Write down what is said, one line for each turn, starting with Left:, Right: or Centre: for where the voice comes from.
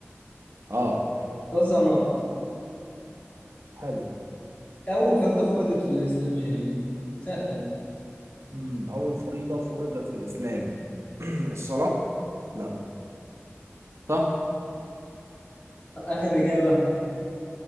Right: اه
Left: بتوزع نار
Right: حلو
Left: أول فريضة فرضت في الإسلام إيه هي سهلة دي
Right: مم. أول فريضة فرضت في الإسلام الصلاة لا صح
Left: آخر إجابة